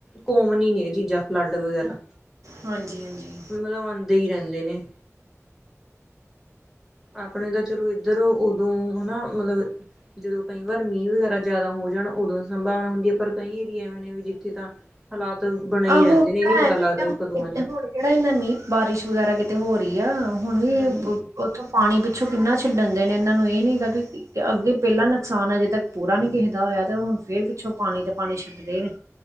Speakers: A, in the centre; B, on the right.
A: ਕਾਮਨ ਹੀ ਨੇ ਇਹ ਚੀਜ਼ਾਂ ਫਲੱਡ ਵਗੈਰਾ।
B: ਹਾਂਜੀ ਹਾਂਜੀ।
A: ਮਤਲਬ ਆਦੇ ਹੀ ਰਹਿੰਦੇ ਨੇ। ਆਪਣੇ ਤਾਂ ਚਲੋ ਇੱਧਰ ਉਦੋਂ ਹਨਾ ਮਤਲਬ ਜਦੋਂ ਕਈ ਵਾਰ ਮੀਂਹ ਵਗੈਰਾ ਜ਼ਿਆਦਾ ਹੋ ਜਾਣ ਉਦੋਂ ਸੰਭਾਵਨਾ ਹੁੰਦੀ ਹੈ ਪਰ ਕਈ ਏਰੀਏ ਐਵੇਂ ਨੇ ਵੀ ਜਿੱਥੇ ਤਾਂ ਹਾਲਾਤ ਬਣੇ
B: ਆਹ
A: ਹੀ
B: ਹੁਣ
A: ਰਹਿੰਦੇ ਨੇ ਇਹ
B: ਤਾਂ
A: ਨ ਪਤਾ
B: ਐਵੇਂ
A: ਲੱਗਦਾ ਵੀ ਕਦੋਂ ਆ ਨੇ
B: ਹੁਣ ਕਿਹੜਾ ਇਹਨਾ ਮੀਹ ਬਾਰਿਸ਼ ਵਗੈਰਾ ਕਿਤੇ ਹੋ ਰਹੀ ਆ ਹੁਣ ਵੀ
A: ਹਾਂਜੀ
B: ਉੱਥੋਂ ਪਾਣੀ ਪਿੱਛੋਂ ਕਿੰਨਾ ਛਿਡਣ ਦੇ ਨੇ ਇਹਨਾਂ ਨੂੰ ਇਹ ਨਹੀਂ ਹੈਗਾ ਕਿ ਅੱਗੇ ਪਹਿਲਾ ਨੁਕਸਾਨ ਹੈ ਅਜੇ ਤੱਕ ਪੂਰਾ ਨੀ ਕਿਸੇਦਾ ਹੋਇਆ ਤੇ ਹੁਣ ਫਿਰ ਪਿੱਛੋਂ ਪਾਣੀ ਤੇ ਪਾਣੀ ਛੱਡਦੇ ਨੇ।